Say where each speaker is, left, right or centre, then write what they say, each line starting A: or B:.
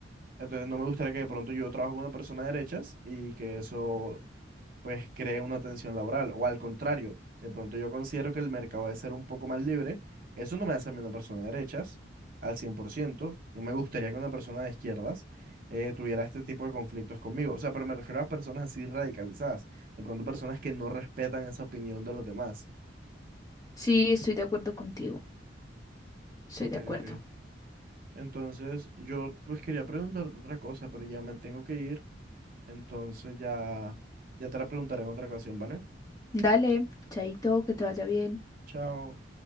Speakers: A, on the right; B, on the left.
A: Entonces no me gustaría que de pronto yo trabajo con una persona de derechas y que eso pues cree una tensión laboral. O al contrario, de pronto yo considero que el mercado debe ser un poco más libre. Eso no me hace a mí una persona de derechas al cien por ciento No me gustaría que una persona de izquierdas eh, tuviera este tipo de conflictos conmigo. O sea, pero me refiero a personas así radicalizadas. De pronto personas que no respetan esa opinión de los demás.
B: Sí, estoy de acuerdo contigo. Estoy
A: Ok,
B: de acuerdo.
A: ok. Entonces, yo pues quería preguntarte otra cosa, pero ya me tengo que ir. Entonces ya, ya te la preguntaré en otra ocasión, ¿vale?
B: Dale, chaito, que te vaya bien.
A: Chao.